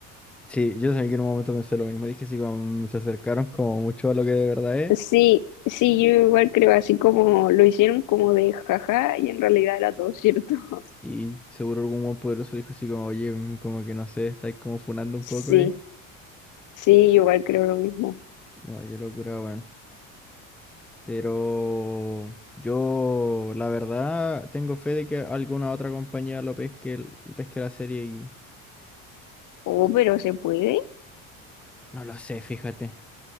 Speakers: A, in the centre; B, on the left.
A: Sí, yo también que en un momento pensé lo mismo. Dije así como se acercaron como mucho a lo que de verdad es.
B: Sí, sí, yo igual creo, así como lo hicieron como de jaja y en realidad era todo cierto. <laughs>
A: Y seguro algún buen poderoso dijo así como, oye, mm, como que no sé, estáis como funando un
B: Sí,
A: poco ahí.
B: sí, yo igual creo lo mismo.
A: No, qué locura, weón. Pero yo, la verdad, tengo fe de que alguna otra compañía lo pesque, l- pesque la serie y
B: Oh, pero ¿se puede?
A: no lo sé, fíjate.